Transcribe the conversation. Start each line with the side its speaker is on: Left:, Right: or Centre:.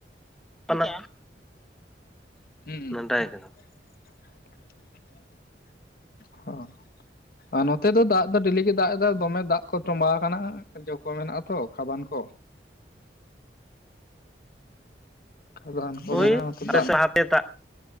Centre: ᱠᱟᱱᱟ᱾
Left: ᱦᱩᱸ
Centre: ᱱᱟᱸᱰᱮᱭ ᱟᱠᱟᱱᱟ᱾
Left: <unintelligible> ᱦᱚᱸ ᱟᱨ ᱱᱚᱛᱮ ᱫᱚ ᱫᱟᱜ ᱫᱚ ᱰᱮᱞᱤ ᱜᱮ ᱫᱟᱜ ᱮᱫᱟ ᱫᱚᱢᱮ ᱫᱟᱜ ᱠᱚ ᱴᱚᱢᱵᱦᱟᱣ ᱟᱠᱟᱱᱟ ᱡᱚ ᱠᱚ ᱢᱮᱱᱟᱜ-ᱟ ᱛᱚ ᱠᱷᱟᱫᱟᱱ ᱠᱚ᱾ ᱠᱷᱟᱫᱟᱱ ᱠᱚ
Centre: ᱦᱳᱭ
Left: ᱢᱮᱱᱟᱜᱼᱟ ᱛᱚ
Centre: ᱟᱞᱮ
Left: ᱫᱟᱜ
Centre: ᱥᱮᱫ ᱞᱟᱦᱟᱛᱮ ᱫᱟᱜ